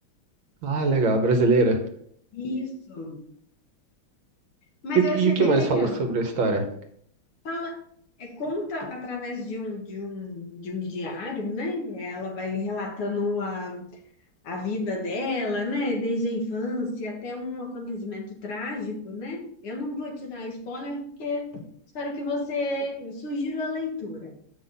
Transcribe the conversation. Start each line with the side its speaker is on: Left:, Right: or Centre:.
Right: Ah, legal, brasileira.
Left: Isso. Mas
Right: E, o
Left: eu
Right: que
Left: achei
Right: e o que
Left: bem
Right: mais
Left: legal.
Right: fala sobre a história?
Left: Fala, é, conta através de um, de um, de um diário, né? Ela vai relatando a a vida dela, né? Desde a infância até um acontecimento trágico, né? Eu não vou te dar spoiler porque espero que você eu sugiro a leitura.